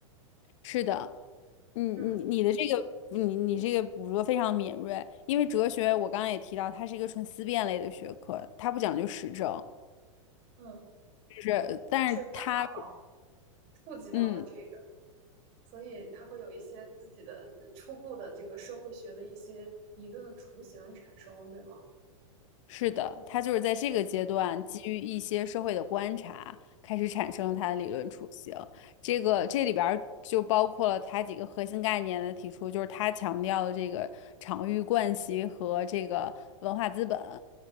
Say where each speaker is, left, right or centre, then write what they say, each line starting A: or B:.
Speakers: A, on the left; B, on the right.
A: 是的，你你你的这个你你这个捕捉非常敏锐，
B: 嗯，
A: 因为哲学我刚刚也提到，它是一个纯思辨类的学科，它不讲究实证，
B: 嗯，
A: 就是但是它
B: 但是他刚好触及到了这个。
A: 嗯
B: 所以他会有一些自己的呃初步的这个社会学的一些理论的雏形产生，对吗？
A: 是的，它就是在这个阶段基于一些社会的观察，
B: 嗯
A: 开始产生它的理论雏形。
B: 嗯，
A: 这个这里边儿就包括了它几个核心概念的提出，就是它强调的这个场域惯习和这个文化资本。